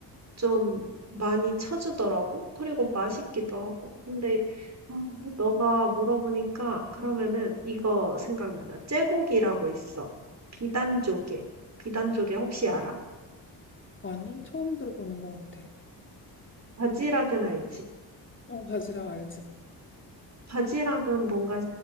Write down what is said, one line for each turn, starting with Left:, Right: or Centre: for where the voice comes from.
Right: 좀 많이 쳐주더라고. 그리고 맛있기도 하고. 근데 어, 너가 물어보니까 그러면은 이거 생각난다. 째복이라고 있어. 비단조개. 비단조개 혹시 알아?
Left: 아니, 처음 들어보는 것 같아.
Right: 바지락은 알지?
Left: 어, 바지락 알지?
Right: 바지락은 뭔가